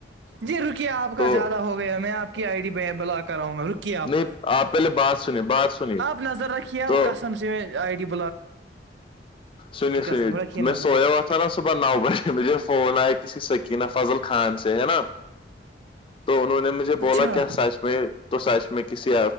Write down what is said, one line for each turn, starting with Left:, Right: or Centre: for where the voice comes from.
Right: جی رک آپ
Left: تو
Right: کا زیادہ ہو گیا میں آپ کی آئی ڈی بلاک کراؤں گا رکی آپ
Left: نہیں آپ پہلے بات سنیے بات سنیے
Right: آپ نظر رکھیے آپ
Left: تو
Right: کسم سے میں آئیڈی ب
Left: سنیے سنیے
Right: قسم رکھیے نظر
Left: میں سویا ہو تھا نا صبح نو بجے مجھے فون آئے کسی سکین فضل خان سے ہے نا تو انہوں نے م مجھ
Right: اچھا
Left: بولا کیا سائش میں تو سائش میں کسی